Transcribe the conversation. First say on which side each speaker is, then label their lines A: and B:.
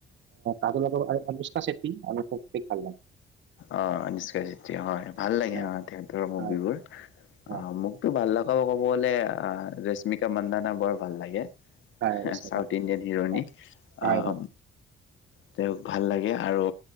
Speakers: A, on the right; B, on the left.
A: কাজল আগৰ আৰু অনুষ্কাচেত্ৰীক ভাল লাগে
B: অ অনুস্কা চেত্ৰী হয় ভাল লাগে
A: হয়
B: অ থিয়েটাৰৰ মুভিবোৰ
A: হয় হয়
B: অ মোকতো ভাল লগ আকৌ ক'ব গ'লে ৰশ্মিকা মন্ডানা বৰ ভাল লাগে
A: হয় আছে
B: চাউথ
A: ভাল
B: ইণ্ডিয়ান হিৰ'ইনি
A: হয় হয়
B: আহ
A: হয়।
B: তেওঁক ভাল লাগে আৰু